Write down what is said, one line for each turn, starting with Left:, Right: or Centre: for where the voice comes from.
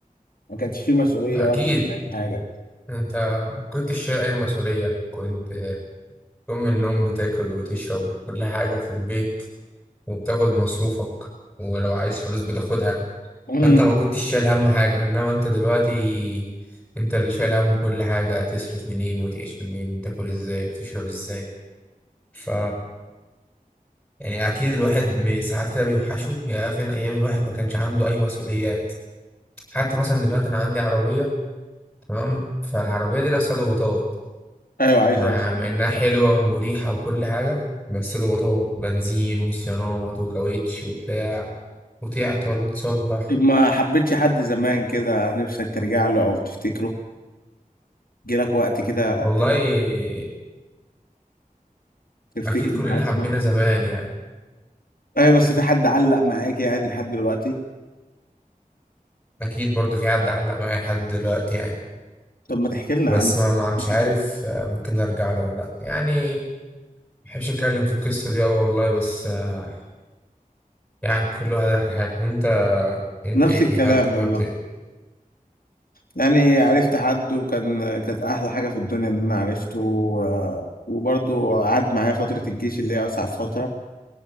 Left: ما كانش فيه مسؤوليه
Centre: أكيد
Left: ولا حاجه
Centre: أنت ما كنتش شايل أي مسؤولية كنت تقوم من النوم بتاكل وتشرب كل حاجة في البيت وبتاخد مصروفك ولو عايز فلوس بتاخدها
Left: امم
Centre: فانت ما كنتش شايل هم حاجة انما انت دلوقتي انت اللي شايل هم كل حاجة تصرف منين وتعيش منين تاكل ازاي وتشرب ازاي ف يعني اكيد الواحد بي- ساعات كده بيوحشه يا فين ايام الواحد ما كانش عنده اي مسؤوليات حتى مثلا دلوقتي انا عندي عربية تمام فالعربية دي نفسها ضغوطات
Left: ايوه عايز
Centre: مع
Left: اوصل
Centre: مع انها حلوة ومريحة وكل حاجة بس ضغوطات بنزين وصيانات وكاوتش وبتاع وتعطل وتصلح
Left: طب ما حبيتش حد زمان كده نفسك ترجع له او تفتكره جيلك وقت كده
Centre: والله
Left: تفتكر
Centre: أكيد كلنا
Left: معاه
Centre: حبينا
Left: زمان
Centre: زمان يعني
Left: ايوه بس في حد علق معاك يعني لحد دلوقتي
Centre: اكيد برضو في حد علق معايا لحد دلوقتي يعني
Left: طب ما تحكي لنا
Centre: بس
Left: يا عم
Centre: ما, ما مش
Left: بس
Centre: عارف
Left: كده.
Centre: آه، ممكن ارجع له ولا لا يعني ما بحبش اتكلم في القصه دي اه والله بس آه، يعني كل واحد راح لحاله انت انت
Left: نفس
Centre: ايه في
Left: الكلام
Centre: حد حابب
Left: والله
Centre: ت-
Left: يعني عرفت حد وكان كانت احلى حاجه في الدنيا ان انا عرفته و- وبرضه قعد معايا فتره الجيش اللي هي اصعب فتره